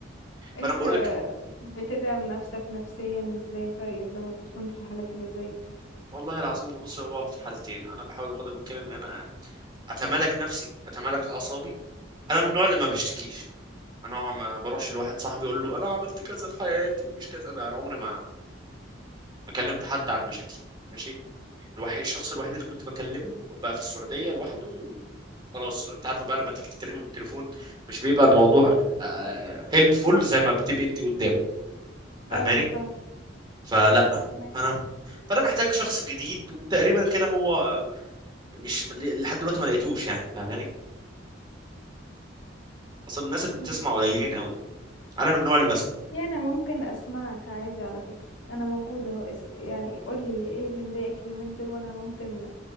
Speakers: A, on the left; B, on the right.
A: انت
B: فانا بقول لك
A: بتدعم نفسك نفسيا ازاي طيب لما بتكون في الحالات اللي زي دي
B: والله العظيم هو بص هو في حالتين انا بحاول بقدر الامكان ان انا اتمالك نفسي اتمالك اعصابي انا من النوع اللي ما بشتكيش انا ما بروحش لواحد صاحبي اقول له انا عملت كذا في حياتي ومش كذا لا انا عمري ما ما كلمت حد عن مشاكلي ماشي الوحيد الشخص الوحيد اللي كنت بكلمه بقى في السعوديه لوحده و- خلاص انت عارف بقى لما تيجي تتكلمي بالتليفون مش بيبقى الموضوع هيلبفول زي ما بتبقي انت قدام فاهماني
A: ايوه فعلا
B: فلا
A: تمام.
B: فانا فانا محتاج شخص جديد وتقريبا كده هو آه، مش لحد دلوقتي ما لقيتوش يعني فاهماني اصل الناس اللي بتسمع
A: مم.
B: قليلين قوي انا من النوع اللي بسمع
A: يعني ممكن اسمعك عادي على فكرة انا موجودة اهو اس... يعني قولي ايه اللي مضايقك اليومين دول وانا ممكن